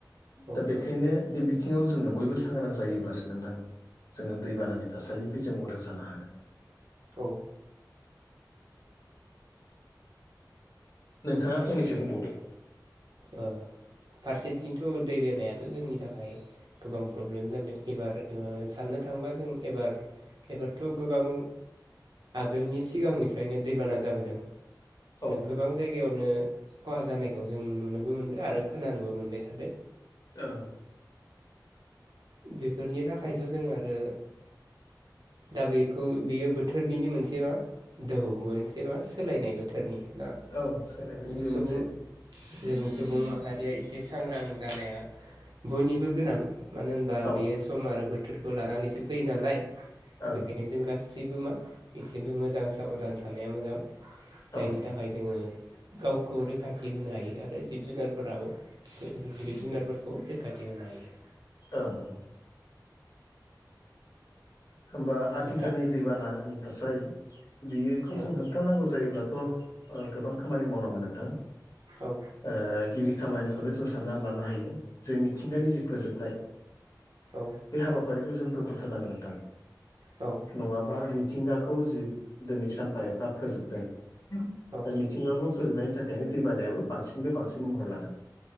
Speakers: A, on the right; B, on the left.
A: औ
B: दा बेखायनो बे बिथिङाव जोङो बयबो सांग्रां जायोब्लासो नोंथां। जोङो दै बानानि थासारिनिफ्राय जों उदां जानो हागोन।
A: औ।
B: नोंथाङा फंनैसो बुंबावदो।
A: ओ। फारसेथिंथ' दै बानायाथ' जोंनि थाखाय। गोबां प्रब्लेम जादों एबार ओ साननो थांबा जों एबार। एबारथ' गोबां आगोलनि सिगांनिफ्रायनो दैबाना जाबोदों।
B: औ
A: गोबां जायगायावनो खहा जानायखौ जों नुनोबो मोनदों आरो खोनानोबो मोनबाय थादो
B: औ
A: बेफोरनि थाखायथ जों आरो दा बेखौ बेयो बोथोरनिनो मोनसे मा दोहौ मोनसे मा सोलायनाय बोथोर बोथोरनि ना
B: औ सोलायनायनि
A: बेखौ
B: बे
A: सुबुं
B: मोनसे
A: <unintelligible> जों सुबुं माहारिया एसे सांग्रां जानाया बयनिबो गोनां मानो होनबा
B: औ
A: बेयो सम आरो बोथोरखौ लानानैसो फैयो नालाय
B: ओं
A: बेखायनो जों गासैबो मा एसेबो मोजां साबधान थानाया मोजां जायनि
B: औ
A: थाखाय नाय जोंङो गावखौ रैखाथि होनो हायो आरो जिब-जुनारफोराबो जिब-जुनार। खौ रैखाथि होनो हायो।
B: औ। होमबा आथिखालनि
A: नोंथां
B: दैबानानि थासारि बिखौ
A: औ
B: जों हा। खिथानांगौ जायोब्लाथ' ओ गोबां खामानि मावनांगोन नोंथां।
A: औ।
B: ओ गिबि खामानिखौनो जों साननानै लानो हायो। जे मिथिंगानि जि फोजोबनाय
A: औ
B: बे हाबाफारिखौ जों दोनथ'थारनांगोन नोंथां।
A: औ।
B: नङाबा मिथिंगाखौ जि दिनै सानफा एफा फोजोबदों
A: औ
B: दा मि। थिंगाखौ फोजोबनायनि थाखायनो दै बानायाबो बांसिननिफ्राय बांसिन महर लादों